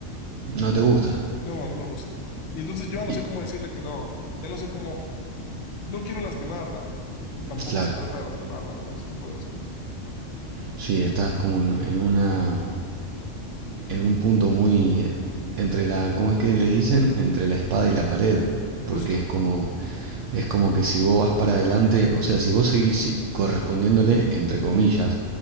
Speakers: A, on the right (about 70°); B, on the left (about 70°).
A: No te gusta.
B: No, no me gusta. Y entonces yo ya no
A: Y,
B: sé cómo decirle que no. Ya no sé cómo... No quiero lastimarla. Y tampoco
A: claro,
B: se trata de lastimarla, entonces por eso.
A: sí, estás como en en una en un punto muy entre la, ¿cómo es que le dicen? Entre la espada y la pared, porque
B: Justo.
A: es como es como que si vos vas para adelante, o sea, si vos seguís correspondiéndole entre comillas,